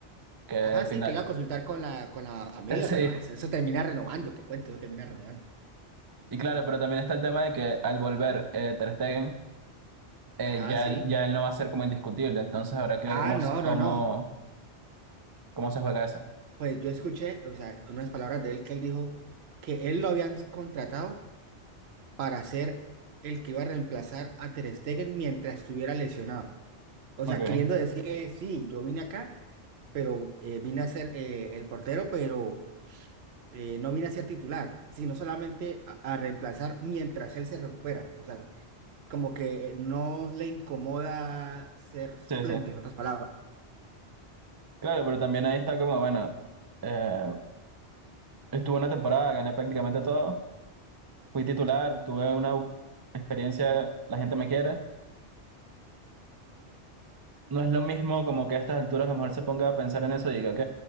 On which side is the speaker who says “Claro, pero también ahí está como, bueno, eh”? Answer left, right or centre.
Right